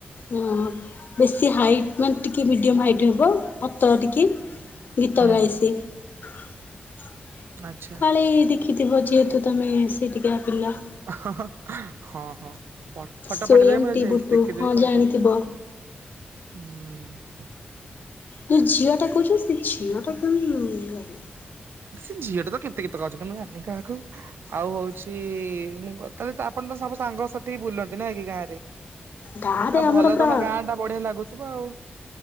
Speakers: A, on the left (about 55°); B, on the right (about 80°).
A: ହୁଁ। ବେଶୀ ହାଇଟ୍ ମାନେ ଟିକେ ମିଡ଼ିୟମ୍ ହାଇଟ୍ ହବ ପତ୍ର ଟିକେ ଗୀତ
B: ହୁଁ
A: ଗାଏ ସିଏ। <unintelligible>
B: ଆଚ୍ଛା
A: କାଳେ ଦେଖିଥିବ ଯେହେତୁ ତମେ ସେଠିକିଆ ପିଲା-
B: ହଁ ହଁ। ଫ ଫଟ
A: ସୋୟମଟି
B: ପଠେଇଦେବ ଆମ ଯେ
A: ବୁଟୁ
B: ଦେଖିଦେବି
A: ହଁ
B: କହିଦେବି
A: ଜାଣିଥିବ।
B: ଆଉ। ହୁଁ ହୁଁ।
A: ତୁ ଝିଅ ଟା କହୁଚ। ଝିଅ ଟା କିଏ ମୁଁ ଜାଣନି।
B: ସେ ଝିଅ ଟା ତ କେ ତେ ଗୀତ ଗାଉଚନ୍ତି। ମୁଁ ଜାଣିନି କାହାକୁ, ଆଉ ହଉଚି ମୁଁ ତାହେଲେ ଆପଣ ତ ସବୁ ସାଙ୍ଗ ସାଥି ହିଁ ବୁଲନ୍ତି। ଦେ ନାଇ କି ଗାଁ ରେ,
A: ଗାଁରେ
B: ହଁ
A: ଆମର
B: ଭଲ
A: ପୁରା
B: ତମ ଗାଁ ଟା ବଢିଆ ଲାଗୁଥିବ ଆଉ। ଦେ